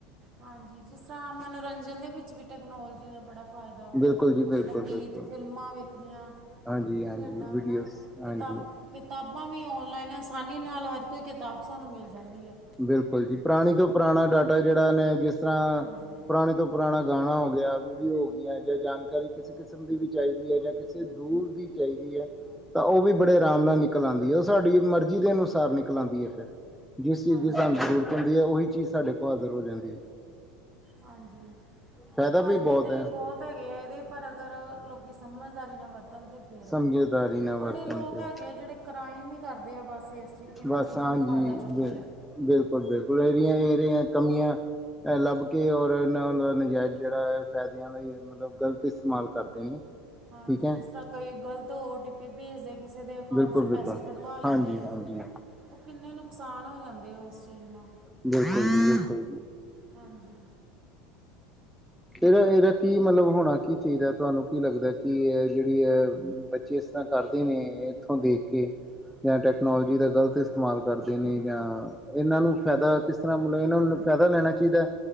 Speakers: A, on the right; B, in the centre.
A: ਹਾਂਜੀ ਜਿਸ ਤਰ੍ਹਾਂ ਮਨੋਰੰਜਨ ਦੇ ਵਿੱਚ ਵੀ ਟੈਕਨੋਲੋਜੀ ਦਾ ਬੜਾ ਫਾਇਦਾ ਵਾ
B: ਬਿਲਕੁਲ ਜੀ ਬਿਲਕੁਲ
A: ਜਿੱਦਾਂ
B: ਬਿਲਕੁਲ
A: ਗੀਤ, ਫਿਲਮਾਂ ਵੇਖਣੀਆਂ
B: ਹਾਂਜੀ ਹਾਂਜੀ
A: ਖੇਡਾਂ
B: ਵੀਡੀਓਜ਼
A: ਹਨਾ
B: ਹਾਂਜੀ
A: ਕਿਤਾਬਾਂ ਕਿਤਾਬਾਂ ਵੀ ਔਨਲਾਈਨ ਆਸਾਨੀ ਨਾਲ ਹਰ ਕੋਈ ਕਿਤਾਬ ਸਾਨੂੰ ਮਿਲ ਜਾਂਦੀ ਹੈ।
B: ਬਿਲਕੁਲ ਜੀ ਪੁਰਾਣੀ ਤੋਂ ਪੁਰਾਣਾ ਡਾਟਾ ਜਿਹੜਾ ਨੇ ਜਿਸ ਤਰ੍ਹਾਂ
A: ਹਾਂਜੀ
B: ਪੁਰਾਣੇ ਤੋਂ ਪੁਰਾਣਾ ਗਾਣਾ ਹੋ ਗਿਆ, ਵੀਡੀਓ ਹੋ ਗਿਆ ਜਾਂ ਜਾਣਕਾਰੀ ਕਿਸੇ ਕਿਸਮ ਦੀ ਵੀ ਚਾਹੀਦੀ ਹੈ ਜਾਂ ਕਿਸੇ ਦੂਰ ਦੀ ਚਾਹੀਦੀ ਹੈ ਤਾਂ ਉਹ ਵੀ ਬੜੇ ਆਰਾਮ ਨਾਲ ਨਿਕਲ ਆਉਂਦੀ ਹੈ ਉਹ ਸਾਡੀ ਮਰਜ਼ੀ ਦੇ ਅਨੁਸਾਰ ਨਿਕਲ ਆਉਂਦੀ ਹੈ ਫਿਰ ਜਿਸ ਜਿਸ ਚੀਜ਼
A: ਹਾਂਜੀ
B: ਦੀ ਸਾਨੂੰ ਜ਼ਰੂਰਤ ਹੁੰਦੀ ਹੈ ਉਹੀ ਚੀਜ਼ ਸਾਡੇ ਕੋਲ ਹਾਜ਼ਰ ਹੋ ਜਾਂਦੀ ਹੈ।
A: ਹਾਂਜੀ
B: ਫਾਇਦਾ
A: ਫਾਇਦੇ
B: ਵੀ
A: ਤੇ
B: ਹੈ
A: ਬਹੁਤ ਹੈਗੇ ਆ ਇਹਦੇ ਪਰ ਅਗਰ ਲੋਕੀ ਸਮਝਦਾਰੀ ਨਾ ਵਰਤਣ ਤੇ ਫੇਰ
B: ਸਮਝਦਾਰੀ ਨਾਲ
A: ਬੜੇ
B: ਵਰਤਣ
A: ਲੋਕ
B: ਤੇ
A: ਹੈਗੇ ਆ ਜਿਹੜੇ ਕ੍ਰਾਈਮ ਹੀ ਕਰਦੇ ਆ ਬਸ ਇਸ ਚੀਜ਼ ਇਹਨਾਂ
B: ਬਸ
A: ਚੀਜ਼ਾਂ
B: ਹਾਂਜੀ,
A: ਦਾ ਫਾਇਦਾ ਚੁੱਕਦੇ ਆ
B: ਬਿਲਕੁਲ- ਬਿਲਕੁਲ ਏਰੀਆਂ- ਏਰੀਆਂ ਕਮੀਆਂ ਇਹ ਲੱਭ ਕੇ ਔਰ ਨਾ ਇਹ ਉਹਨਾਂ ਦਾ ਨਾ ਨਜਾਇਜ਼ ਜਿਹੜਾ ਫਾਇਦਿਆਂ ਦਾ ਏ ਮਤਲਬ ਗ਼ਲਤ ਇਸਤੇਮਾਲ ਕਰਦੇ
A: ਹਾਂਜੀ
B: ਠੀਕ ਹੈ
A: ਜਿਸ ਤਰ੍ਹਾਂ ਕਈ ਗਲਤ ਓ ਟੀ ਵੀ ਭੇਜਦੇ ਕਿਸੇ ਦੇ ਅਕਾਊਂਟ
B: ਬਿਲਕੁਲ
A: 'ਚ
B: ਬਿਲਕੁਲ
A: ਪੈਸੇ ਕਢਵਾ ਲੈਂਦੇ
B: ਹਾਂਜੀ
A: ਆ
B: ਹਾਂਜੀ
A: ਉਹ ਕਿੰਨੇ ਨੁਕਸਾਨ ਹੋ ਜਾਂਦੇ ਆ ਉਸ ਚੀਜ਼ ਨੂੰ
B: ਬਿਲਕੁਲ ਜੀ ਬਿਲਕੁਲ ਜੀ।
A: ਹਾਂਜੀ।
B: ਕਿਹੜਾ ਇਹਦਾ ਕੀ ਮਤਲਬ ਹੋਣਾ ਕੀ ਚਾਹੀਦਾ, ਤੁਹਾਨੂੰ ਕੀ ਲੱਗਦਾ ਕੀ ਇਹ ਜਿਹੜੀ ਏ ਜਿਸ ਤਰ੍ਹਾਂ ਕਰਦੇ ਨੇ ਇੱਥੋਂ ਦੇਖ ਕੇ ਯਾ ਟੈਕਨੋਲੋਜੀ ਦਾ ਗਲਤ ਇਸਤੇਮਾਲ ਕਰਦੇ ਨੇ ਯਾ ਇਹਨਾਂ ਨੂੰ ਫਾਇਦਾ ਕਿਸ ਤਰ੍ਹਾਂ ਮਤਲਬ ਇਹਨਾਂ ਨੂੰ ਫ਼ਾਇਦਾ ਲੈਣਾ ਚਾਹੀਦਾ,